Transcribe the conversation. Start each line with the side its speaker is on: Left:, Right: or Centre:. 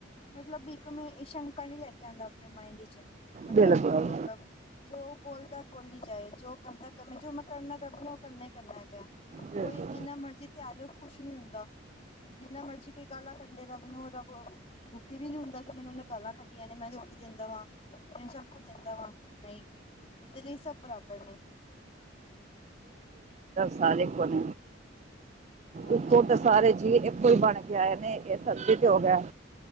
Left: ਮਤਲਬ ਇੱਕ ਸ਼ੰਕਾ ਨੀ ਲੈ ਕੇ ਆਂਦਾ ਆਪਣੇ ਮਾਇੰਡ 'ਚ- ਮਤਲਬ-ਮਤਲਬ
Right: ਬਿਲਕੁਲ
Left: ਜੋ ਬੋਲਦਾ ਬੋਲੀ ਜਾਏ ਜੋ ਕਰਦਾ ਜੋ ਮੈ ਕਰਨਾ ਰੱਬ ਨੇ ਓ ਕਰਨਾ ਹੀ ਕਰਨਾ ਹੈਗਾ
Right: ਬਿਲਕੁਲ।
Left: ਕੋਈ ਜਿੰਨਾ ਮਰਜੀ ਧਿਆ ਲਏ ਓ ਖੁਸ਼ ਨੀ ਹੁੰਦਾ ਜਿੰਨਾ ਮਰਜ਼ੀ ਕੋਈ ਗਾਲਾ ਕਡਲੇ ਰੱਬ ਨੂੰ ਰੱਬ ਦੁਖੀ ਵੀ ਨੀ ਹੁੰਦਾ ਕਿ ਮੈਨੂੰ ਨ ਗਾਲਾ ਕਡੀਆਂ ਨੇ ਮੈਂ ਰੋਟੀ ਦਿਦਾ ਵਾ ਮੈਨ ਸਭ ਕੁਛ ਦਿਦਾ ਵਾ ਨਹੀ ਉਹਦੇ ਲਈ ਸਭ ਬਰਾਬਰ ਨੇ
Right: ਸਾਰੇ ਕੋਣ
Left: ਹਾਂਜੀ
Right: ਇਕੋ ਤਾਂ ਸਾਰੇ ਜੀਅ ਇਕੋ ਹੀ ਬਣੇ ਇਹਨੇ ਇਹ ਸਬਕੁਛ ਹੋ ਗਿਆ।